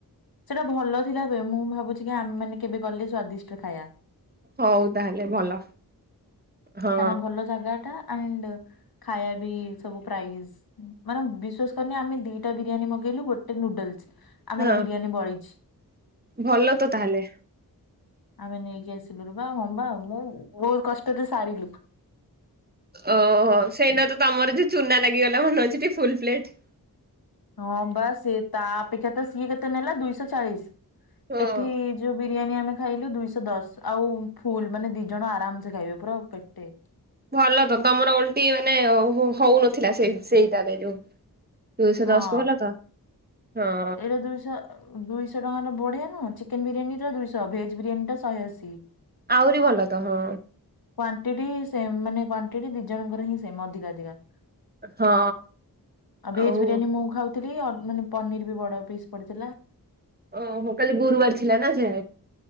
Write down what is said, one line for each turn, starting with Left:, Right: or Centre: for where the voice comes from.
Left: ସେଟା ଭଲ ଥିଲା ଏବେ ମୁଁ ଭାବୁଛି କି ଆମେ ମାନେ କେବେ ଗଲେ ସ୍ଵାଦିଷ୍ଟ ଖାଇବା।
Right: ହଉ ତାହେଲେ ଭଲ। ହଁ
Left: କାହିଁକିନା ଭଲ ଜାଗା ଟା ଆ ଖାଇବା ବି ସବୁ ପ୍ରାଇଜ। ମାନେ ବିଶ୍ଵାସ କରିନି ଆମେ ଦିଟା ବିରିୟାନୀ ମଗେଇଲୁ ଗୋଟେ ନୁଡଲସ। ଆମର
Right: ହଁ
Left: ବିରିୟାନୀ ବଳିଛି।
Right: ଭଲ ତ ତାହେଲେ
Left: ଆମେ ନେଇକି ଆସିଲୁ ରୁ ବା ମମ୍ବା ମୁଁ ବହୁତ କଷ୍ଟରେ ସାରିଲୁ।
Right: ଓହୋ ସେଇନା ତ ତମର ଯୋଉ ଚୁନା ଲାଗିଗଲା ମନେଉଛି ଟିକେ ଫୁଲ ପ୍ଲେଟ।
Left: ହଁ ବାସ ତା ଅପେକ୍ଷା ତ ସିଏ କେତେ ନେଲା ଦୁଇଶହ ଚାଳିଶ
Right: ହଁ
Left: ଏଠି ଯୋଉ ବିରିୟାନୀ ଆମେ ଖାଇଲୁ ଦୁଇଶହ ଦଶ ଆଉ ଫୁଲ ମାନେ ଦି ଜଣ ଆରାମ ସେ ଖାଇବେ ପୁରା ପେଟେ।
Right: ଭଲ ତ ତମର ଓଲଟି ମାନେ ହଉନଥିଲା ସେ ସେଇଟାରେ ଯୋଉ। ଦୁଇଶହ
Left: ହଁ
Right: ଦଶ କୁ ଭଲ ତ ହଁ।
Left: ଏଇଟା ଦୁଇଶହ ଦୁଇଶହ ଟଙ୍କାର ବଢିଆ ନୁହଁ ଚିକେନ ବିରିୟାନୀ ଟା ଦୁଇଶହ ଭେଜ ବିରିୟାନୀଟା ଶହେଅସି।
Right: ଆହୁରି ଭଲ ତ ହଁ।
Left: କ୍ୱଵଣ୍ଟି ସେମ ମାନେ କ୍ୱାଣ୍ଟି ଦି ଜଣଙ୍କର ହିଁ ସେମ ଅଧିକା ଅଧିକା।
Right: ହଁ
Left: ଭେଜ
Right: ଆଉ।
Left: ବିରିୟାନୀ ମୁଁ ଖାଉଥିଲି ମାନେ ପନିର ବି ବଡ ପିସ୍ ପଡିଥିଲା।
Right: ଓ ହୋ କାଲି ଗୁରୁବାର ଥିଲା ନା ସେ